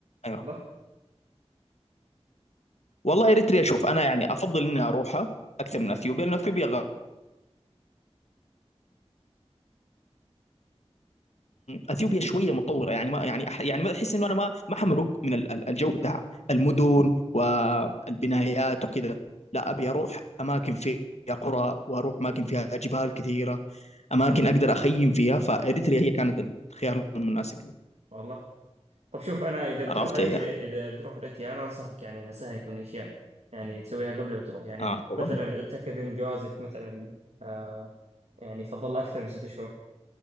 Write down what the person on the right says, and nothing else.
والله
مهم.
والله طب شوف انا اذا بتروح
رحلتي
اذا بتروح رحلتي انا انصحك يعني انصحك من اشياء يعني يعني تسويها قبل ما تروح يعني
مثلا اتاكد ان جوازك مثلا آه يعني يفضل اكثر من ست شهور